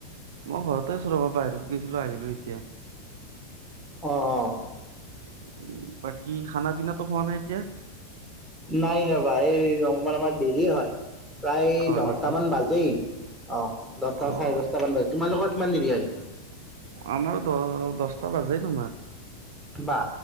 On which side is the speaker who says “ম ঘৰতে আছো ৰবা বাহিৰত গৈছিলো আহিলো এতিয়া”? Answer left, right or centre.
Right